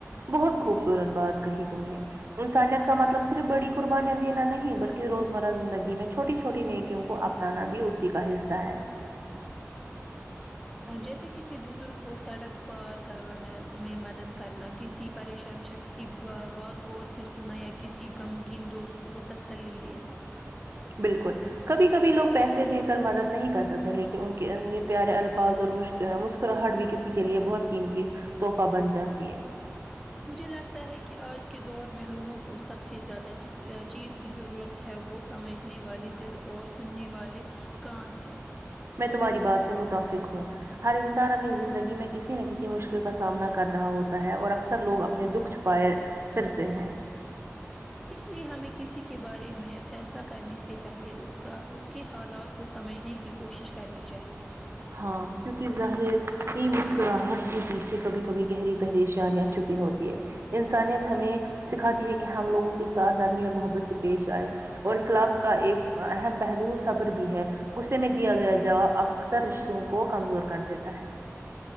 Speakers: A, on the right; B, in the centre.
A: بہت خوبصورت بات کہی تم نے انسانیت کا مطلب صرف بڑی قربانیاں دینا نہیں بلکہ روزمرہ زندگی میں چھوٹی چھوٹی نیکیوں کو اپنانا بھی اسی کا حصہ ہے
B: جیسے کسی بزرگ کو سڑک پار کروانے میں مدد کرنا کسی پریشان شخص کی بات غور سے سنا یا کسی گم گین دوست کو کو تسلی دینا
A: بالکل کبھی کبھی لوگ پیسے دے کر مدد نہیں کر سکتے لیکن ان کے پیارے الفاظ اور مشکل مسکراہٹ بھی کسی کے لیے بہت قیمتی تحفہ بن جاتی ہے
B: مجھے لگتا ہے کہ آج کے دور میں لوگوں کو سب سے زیادہ جس چیز کی ضرورت ہے وہ سمجھنے والے دل اور سننے والے کان ہیں
A: میں تمہاری بات سے متفق ہوں ہر انسان اپنی زندگی میں کسی نہ کسی مشکل کا سامنا کر رہا ہوتا ہے اور اکثر لوگ اپنے دکھ پائر پھرتے ہیں
B: اس لیے ہمیں کسی کے بارے میں فیصلہ کرنے سے پہلے اس کا اس کے حالات کو سمجھنے کی کوشش کرنی چاہیے
A: ہاں کیونکہ ظاہر مسکراہٹ کے پیچھے کبھی کبھی گہری پریشانیاں چھپی ہوتی ہے انسانیت ہمیں سکھاتی ہے کہ ہم لوگوں کے ساتھ نرمی اور محبت سے پیش آئے اور اخلاق کا ایک اہم پہلو صبر بھی ہے غصے میں دیا گیا جواب اکثر رشتو کو کمزور کر دیتا ہے